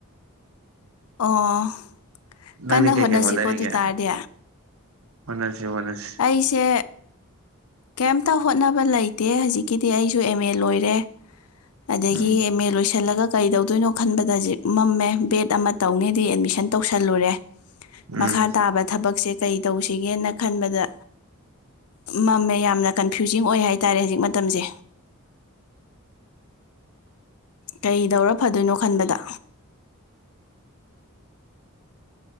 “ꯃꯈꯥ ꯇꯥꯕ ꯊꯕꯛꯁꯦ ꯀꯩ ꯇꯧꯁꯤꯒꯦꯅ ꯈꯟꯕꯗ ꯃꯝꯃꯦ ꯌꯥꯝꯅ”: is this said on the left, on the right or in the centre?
Left